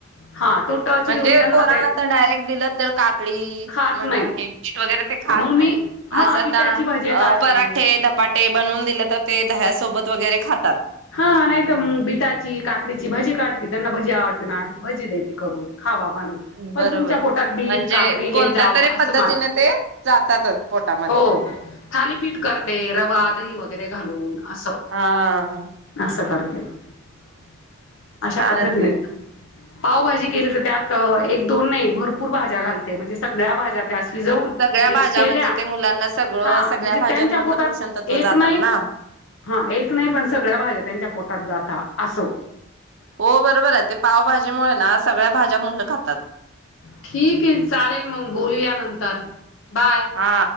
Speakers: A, on the left; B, on the right.
A: हा तो टच
B: म्हणजे
A: देऊन त्यांना
B: पोरांना
A: ते
B: तर डायरेक्ट दिल तर काकडी
A: खात
B: अं मनाव
A: नाही
B: नीट से वगैरे ते खात
A: मग
B: नाहीत
A: मी हा
B: असं
A: बिटाची
B: तर
A: भजे
B: अं
A: काढते.
B: पराठे, धपाटे बनवून दिले तर ते दह्यासोबत वगैरे खातात.
A: हां नाही तर मग बीटाची, काकडीची भजी काढते त्यांना भजी आवडते ना, भजी देते करून खा बा पण, पण
B: बरोबर
A: तुमच्या पोटात बीट,
B: म्हणजे
A: काकडी
B: कोणत्या
A: हे जावं
B: तरी
A: असं
B: पद्धतीने
A: माझं.
B: ते जातातच पोटामध्ये.
A: हो थालीपीठ करते रवा, दही वगैरे घालून आसं.
B: हा
A: आसं करा. <inaudible> अशा
B: चालत
A: पद्धतीने
B: नाही.
A: पावभाजी केली तर त्यात एक, दोन नाही भरपूर भाज्या घालते म्हणजे सगळ्या भाज्या त्या शिजवून,
B: सगळ्या
A: मिक्स
B: भाज्या
A: केल्या
B: म्हणजे ते मुलांना सगळं
A: हां
B: सगळ्या
A: म्हणजे
B: भाज्यांमधलं
A: त्यांच्या पोटात
B: पोषण तत्व
A: एक
B: जातात
A: नाही,
B: ना.
A: हां एक नाही पण भाज्या त्यांच्या पोटात जाता आसो.
B: हो बरोबर ये ते पाव भाजीमुळे ना सगळ्या भाज्या मुलं खातात.
A: ठीक ये चालेल मंग बोलूया नंतर बाय
B: हा